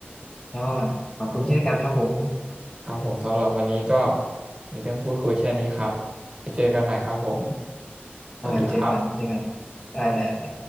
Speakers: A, on the left; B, on the right.
A: อ่าขอบคุณเช่นกันครับผม
B: ครับผมครับผมสำหรับวันนี้ก็มีเรื่องพูดคุยแค่นี้ครับไปเจอกันใหม่ครับผมสวัสดีครับ
A: อ่าเจอกันเจอกันได้ได้ได้